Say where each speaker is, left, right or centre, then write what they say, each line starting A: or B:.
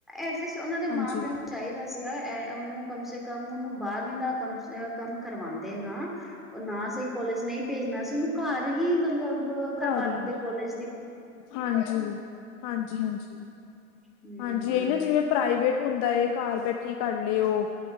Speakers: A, in the centre; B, on the left.
A: ਐਟਲੀਸਟ ਉਹਨਾਂ ਦੇ
B: ਹਾਂਜੀ
A: ਮਾਂ ਪਿਓ ਨੂੰ ਚਾਹੀਦਾ ਸੀਗਾ ਉਹਨੂੰ ਕਮ ਸੇ ਕਮ ਕੰਮ ਉਹਨੂੰ ਬਾਰਵੀਂ ਦਾ ਕੰਮ ਅ ਕੰਮ ਕਰਵਾਉਂਦੇ ਨਾ ਉਹ ਨਾ ਸਹੀ ਕੋਲੇਜ ਨਹੀਂ ਭੇਜਣਾ ਸੀ ਉਹਨੂੰ ਘਰ ਹੀ ਮਤਲਬ ਕਰਵਾ
B: ਘਰ ਹੀ
A: ਦਿੰਦੇ ਕੋਲਾਜ
B: ਹਾਂਜੀ ਹਾਂਜੀ ਹਾਂਜੀ
A: ਹਮ
B: ਹਾਂਜੀ ਇਹ ਨਾ ਜਿਵੇਂ ਪ੍ਰਾਈਵੇਟ ਹੁੰਦਾ ਏ ਘਰ ਬੈਠੀ ਕਰ ਲਏ ਉਹ